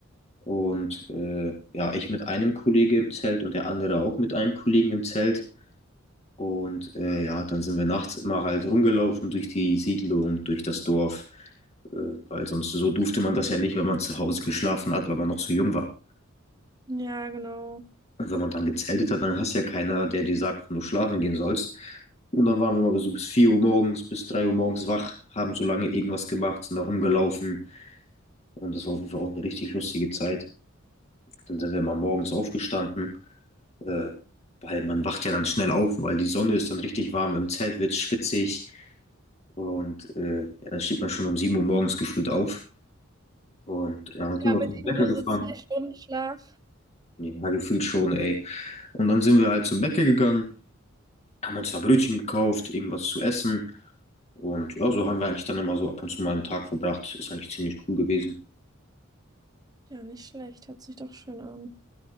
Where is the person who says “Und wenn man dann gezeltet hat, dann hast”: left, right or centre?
Left